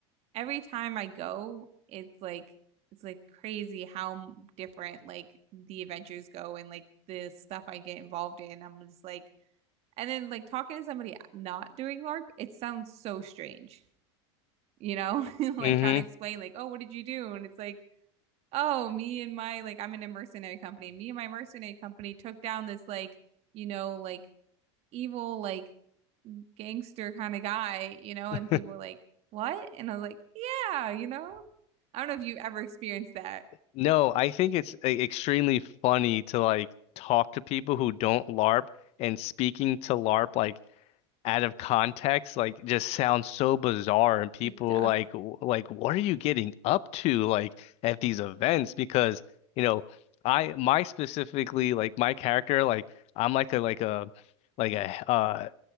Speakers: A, on the right; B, on the left.
A: every time I go, it's like it's like crazy how different like the adventures go and like the stuff I get involved in. I'm just like, and then like talking to somebody uh, not doing LARP, it sounds so strange, you know? <laughs> Like
B: hmm
A: trying to explain like, oh, what did you do? And it's like, oh, me and my like I'm in a mercenary company. Me and my mercenary company took down this like, you know, like evil like gangster kind of guy, you know,
B: <laughs>
A: and people were like, "What?" And I was like, "Yeah, you know." I don't know if you ever experienced that.
B: No, I think it's uh, extremely funny to like talk to people who don't LARP and speaking to LARP like out of context like just sounds so bizarre and people
A: It does.
B: like w- like what are you getting up to like at these events because you know I my specifically like my character like I'm like a like a like a uh